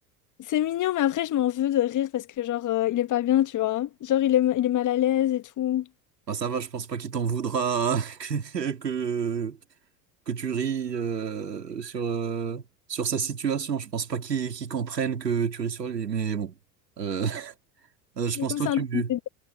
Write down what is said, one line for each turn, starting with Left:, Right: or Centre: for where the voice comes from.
Left: c'est mignon, mais après, je m'en veux de rire parce que, genre, euh, il est pas bien, tu vois. Genre, il est, ma- il est mal à l'aise et tout.
Right: Enfin, ça va, je pense pas qu'il t'en voudra <laughs> que, que, que tu ris euh, sur, euh, sur sa situation. Je pense pas qu'il qu'il comprenne que tu ris sur lui, mais bon. Euh, <laughs> euh, je
Left: Mais
Right: pense
Left: comme
Right: toi,
Left: c'est
Right: tu...
Left: un petit bébé,